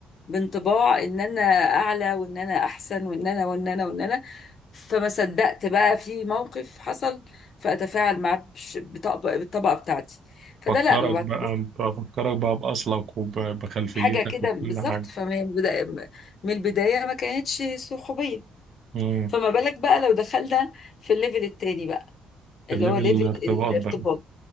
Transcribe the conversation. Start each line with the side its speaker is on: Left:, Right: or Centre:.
Left: بانطباع ان انا اعلى وان انا احسن وان انا وان انا وان انا فما صدقت بقى في موقف حصل فاتفاعل معاه بش- بطبق- بالطبقه بتاعتي فده
Right: فكرك
Left: لا ما بعتبرش
Right: بقى بفكرك بقى بأصلك وبخلفيتك
Left: حاجه كده
Right: وكل
Left: بالظبط
Right: حاجة
Left: فما بدا- من البدايه ما كانتش صحوبيه
Right: مم.
Left: فما بالك بقى لو دخلنا في الليفل التاني بقى اللي
Right: الليفل
Left: هو ليفل
Right: الارتباط
Left: الارتباط
Right: بقى